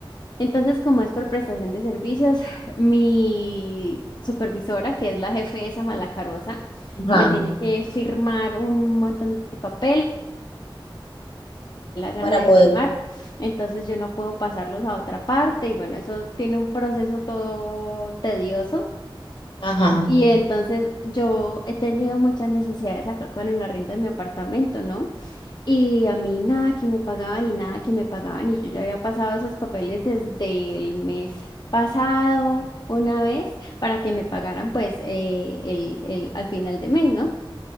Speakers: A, on the left (about 50°); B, on the left (about 80°).
A: Entonces, como es por prestación de servicios, <sighs> mi supervisora, que es la jefe esa malacarosa,
B: Ajá.
A: me tiene que firmar un montón de papel, la gana
B: para poder.
A: de firmar, entonces yo no puedo pasarlos a otra parte y bueno, eso tiene un proceso todo tedioso.
B: Ajá.
A: Y entonces yo he tenido muchas necesidades acá con el arriendo de mi apartamento, ¿no? Y a mí nada que me pagaban y nada que me pagaban y yo ya había pasado esos papeles desde el mes pasado una vez para que me pagaran pues eh, el, el, al final de mes, ¿no?